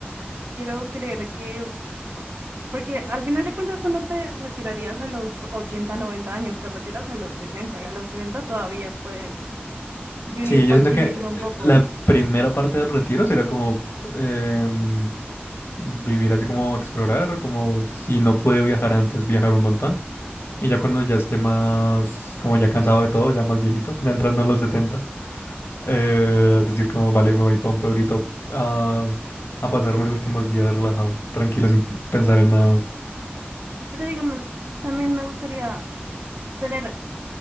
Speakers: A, on the right; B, on the left.
A: quiero creer que Porque al final de cuentas tú no te retirarías a los 80 90 años, te retiras a los 60 y a los 60 todavía puedes vivir
B: Sí,
A: por
B: yo siento
A: ti
B: que
A: mismo un poco.
B: la primera parte del retiro será como em, vivir así como explorar, como si no pude viajar antes, viajar un montón. Y ya cuando ya esté más, como ya cansado de todo, ya más viejito, ya entrando en los setenta Eh, decir como, vale, me voy para un pueblito a, a pasar mis últimos días relajado, tranquilo, sin pensar en nada más.
A: Pero digamos, también me gustaría tener